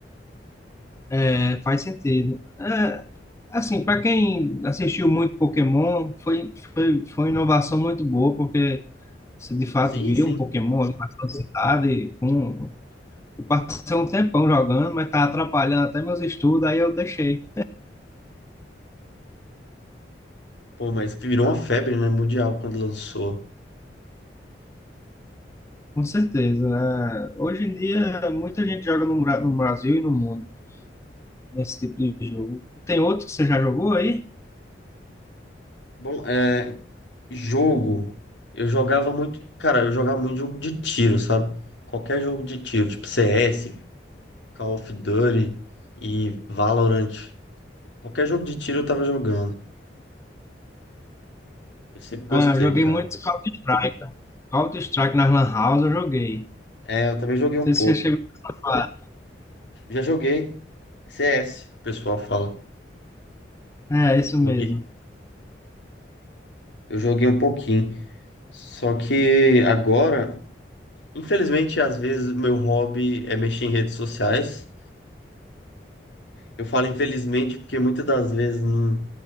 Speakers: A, on the left; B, on the left.
A: é, faz sentido. É, assim, para quem assistiu muito Pokémon, foi, foi, foi uma inovação muito boa, porque você de fato
B: Sim,
A: via
B: sim.
A: um Pokémon ali na sua cidade. Com... Eu passei um tempão jogando, mas estava atrapalhando até meus estudos, aí eu deixei.
B: Pô, mas que virou uma febre, né? Mundial quando lançou.
A: Com certeza. É, Hoje em dia, muita gente joga no, Bra- no Brasil e no mundo nesse tipo de jogo. Tem outro que você já jogou aí?
B: Bom, é. Jogo. Eu jogava muito. Cara, eu jogava muito jogo de tiro, sabe? Qualquer jogo de tiro, tipo CS, Call of Duty e Valorant. Qualquer jogo de tiro eu tava jogando. Eu sempre gostei,
A: Ah, joguei
B: cara.
A: muito Counter-Strike. Counter-Strike na Lan House eu joguei.
B: É, eu também joguei um
A: Não
B: pouco.
A: sei se você chegou a falar.
B: Já joguei CS, o pessoal fala.
A: É, isso mesmo.
B: Joguei. Eu joguei um pouquinho. Só que agora, infelizmente, às vezes meu hobby é mexer em redes sociais. Eu falo infelizmente porque muitas das vezes não,